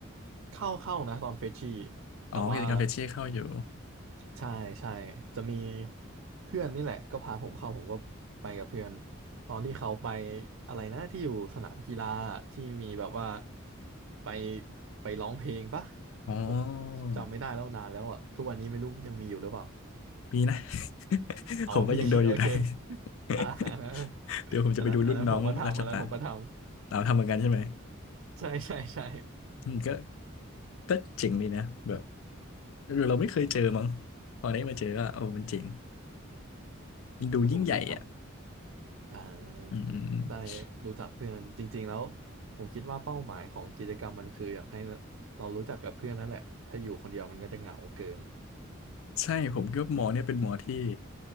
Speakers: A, on the right; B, on the left.
A: เข้าเข้านะตอนเฟชชี่
B: อ๋อกิจกรรมเฟชชี่เข้าอยู่
A: แต่ว่าใช่ใช่จะมีเพื่อนนี่แหละก็พาผมเข้าผมก็ไปกับเพื่อนตอนที่เขาไปอะไรนะที่อยู่สนามกีฬาที่มีแบบว่าไปไปร้องเพลงปะ
B: อ๋อ
A: ผมจำไม่ได้แล้วนานแล้วอะทุกวันนี้ไม่รู้ยังมีอยู่หรือเปล่า
B: ปีนะ <laughs>
A: อ๋อมี
B: ผมก็ยังโดนอยู่น้
A: <laughs> โอเคอ่า <laughs>
B: <laughs> เดี๋ยวผมจะไปดูรุ่นน้องรัชตา
A: อันนั้นอันนั้นผมก็ทำอันนั้นผมก็ท
B: เราทำเหมือนกันใช่ไหม
A: ำใช่ใช่ใช่
B: อืมก็ก็เจ๋งดีนะแบบเออเราไม่เคยเจอมั้งพอได้มาเจอก็โอ้มันเจ๋งมันดูยิ่งใหญ่อ่ะ
A: สนุกดีครับอ่าได้
B: อืม
A: รู้จักเพื่อนจริงๆแล้วผมคิดว่าเป้าหมายของกิจกรรมมันคืออยากให้เรารู้จักกับเพื่อนนั่นแหละถ้าอยู่คนเดียวมันก็จะเหงาเกิน
B: ใช่ผมคิดว่าหมอเนี่ยเป็นหมอที่